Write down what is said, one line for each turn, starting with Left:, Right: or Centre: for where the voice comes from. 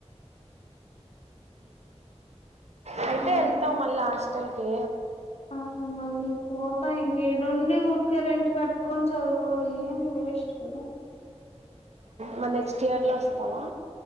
Right: రేపే
Left: అంతే
Right: వెళ్తావా మళ్ళీ హాస్టల్కి
Left: ఆ మల్లి పోతా ఇంకా ఏం నుండి ఊరిక రెంటు కట్టుకొని చదువుకోవాలి ఏంటి వేస్ట్ కదా
Right: మ నెక్స్ట్ ఇయర్ లో వస్తావా